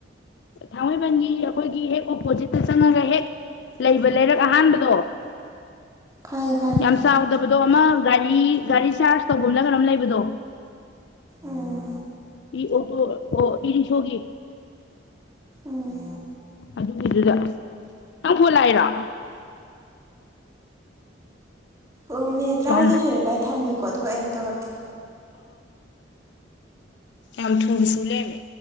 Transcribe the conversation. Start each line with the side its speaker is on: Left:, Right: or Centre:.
Left: ꯊꯥꯡꯃꯩꯕꯟꯒꯤ ꯑꯩꯈꯣꯏꯒꯤ ꯍꯦꯛ ꯑꯣꯄꯣꯖꯤꯠꯇ ꯆꯪꯉꯒ ꯍꯦꯛ ꯂꯩꯕ ꯂꯩꯔꯛ ꯑꯍꯥꯟꯕꯗꯣ
Right: ꯈꯪꯉꯦ ꯈꯪꯉꯦ
Left: ꯌꯥꯝ ꯆꯥꯎꯗꯕꯗꯣ ꯑꯃ ꯒꯥꯔꯤ ꯒꯥꯔꯤ ꯆꯥꯔꯖ ꯇꯧꯕꯒ ꯑꯃꯅ ꯀꯔꯣꯝ ꯂꯩꯕꯗꯣ
Right: ꯎꯝ
Left: ꯏ ꯑꯣ ꯇꯣ ꯑꯣ ꯏꯂꯤꯁ ꯍꯒꯤ
Right: ꯎꯝ
Left: ꯑꯗꯨꯒꯤꯗꯨꯗ ꯅꯪ ꯐꯣꯂꯏꯔꯣ
Right: ꯏꯨꯡ ꯃꯤꯅꯤꯠ ꯇꯔꯥꯃꯥꯊꯣꯏ
Left: ꯀꯟꯅ
Right: ꯁꯨꯔꯦ ꯚꯥꯏ ꯊꯝꯒꯦꯀꯣ ꯑꯗꯨꯒ ꯑꯩꯨꯛ ꯇꯧꯔꯛꯀꯦ
Left: ꯑꯝ ꯊꯨꯝꯁꯨꯨꯂꯦꯕ